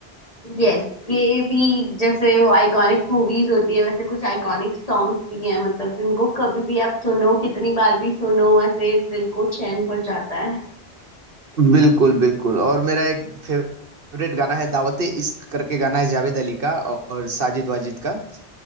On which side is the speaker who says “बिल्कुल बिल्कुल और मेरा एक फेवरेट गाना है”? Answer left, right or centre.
Right